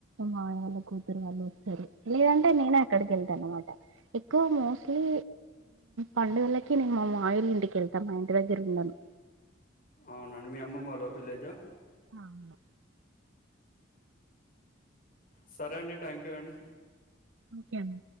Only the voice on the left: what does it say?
అవునండి మీ అమ్మమ్మ వాళ్ళ విలేజ్ ఆ
సరే అండి థ్యాంక్ యూ అండి